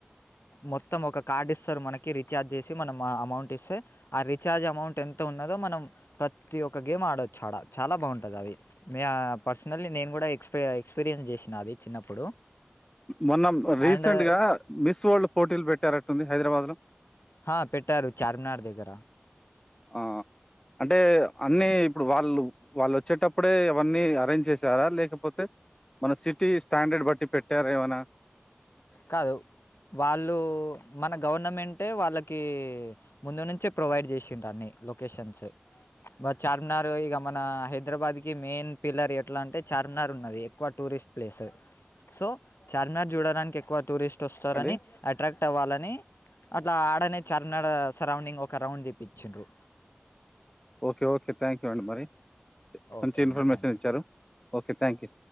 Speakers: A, on the left (about 80°); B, on the left (about 20°).
A: మొత్తం ఒక కార్డు ఇస్తారు మనకి రిచార్జ్ చేసి మనం అమౌంట్ ఇస్తే ఆ రీచార్జ్ అమౌంట్ ఎంత ఉన్నదో మనం ప్రతి ఒక్క గేమ్ ఆడొచ్చు ఆడ చాలా బాగుంటది అది మే పర్సనల్లీ నేను కూడా ఎక్స్పీ ఎక్స్పీరియన్స్ చేసిన అది చిన్నప్పుడు
B: మొన్న రీసెంట్
A: అండ్
B: గా మిస్ వరల్డ్ పోటీలు పెట్టారట్టుంది హైదరాబాద్లో
A: ఆ పెట్టారు చార్మినార్ దగ్గర
B: ఆ అంటే అన్నీ ఇప్పుడు వాళ్ళు వాళ్ళు వచ్చేటప్పుడే అవన్నీ అరేంజ్ చేసారా లేకపోతే మన సిటీ స్టాండర్డ్ బట్టి పెట్టారా ఏవనా.
A: కాదు వాళ్ళు మన గవర్నమెంటే వాళ్ళకి ముందు నుంచే ప్రొవైడ్ చేసిండ్రు అన్ని లొకేషన్స్ బట్ చార్మినార్ ఇక మన హైదరాబాద్కి మెయిన్ పిల్లర్ ఎట్లా అంటే చార్మినార్ ఉన్నది. ఎక్కువ టూరిస్ట్ ప్లేసు సో చార్మినార్ జూడడానికి ఎ క్కువ టూరిస్ టొస్సారని
B: అండి?
A: అట్రాక్ట్ అవ్వాలన్ అట్లా ఆడనే చార్మినార్ సరౌండింగ్ ఒక రౌండ్ తిప్పించుండ్రు
B: ఓకే ఓకే థ్యాంక్ యూ అండి మరి మంచి
A: ఓకే అండి
B: ఇన్ఫర్మేషన్
A: థ్యాంక్ యూ
B: ఇచ్చారు ఓకే థ్యాంక్ యూ